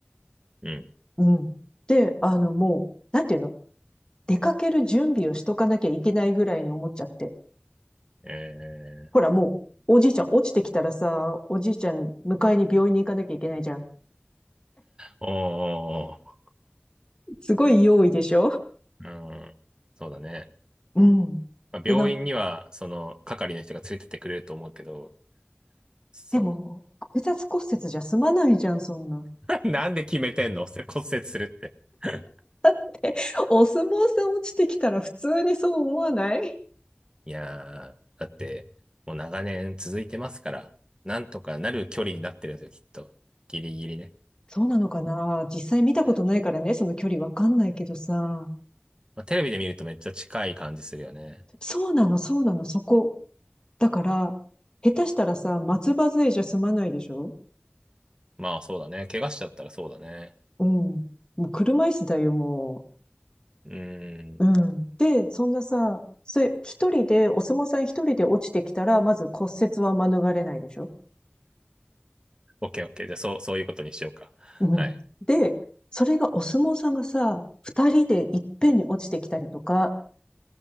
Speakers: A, on the right; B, on the left.
A: ー、うん。
B: うん。で、あのもう、なんていうの出かける準備をしとかなきゃいけないぐらいに思っちゃって。
A: えー、
B: ほらもう、おじいちゃん落ちてきたらさ、おじいちゃん迎えに病院に行かなきゃいけないじゃん。
A: おー
B: すごい用意でしょ
A: おーおー、うん。そうだね。
B: うん。
A: まあ、
B: で、
A: 病院には、
B: なん、
A: その、係の人が連れてってくれると思うけど、そ
B: でも、複雑骨折じゃ済まないじゃん、そんな。
A: う。<laughs> なんで決めてんの <laughs> 骨折するって。<laughs>
B: <laughs> お相撲さん落ちてきたら普通にそう思わない
A: いやー、だって、もう長年続いてますから、なんとかなる距離になってるんですよ、きっと。ギリギリね。
B: そうなのかな実際見たことないからね、
A: うん
B: その距離わかんないけどさ。
A: まあ、テレビで見るとめっちゃ近い感じするよね。
B: そうなの、そうなの、そこ。だから、下手したらさ、松葉杖じゃ済まないでしょ
A: まあそうだね。怪我しちゃったらそうだね。
B: うん。もう車椅子だよ、も
A: うーん。
B: う。うん。で、そんなさ、それ、一人で、お相撲さん一人で落ちてきたら、まず骨折は免れないでしょ
A: オッケーオッケー。じゃあそう、そういうことにしようか。
B: うん。
A: はい。
B: で、それがお相撲さんがさ、二人でいっぺんに落ちてきたりとか、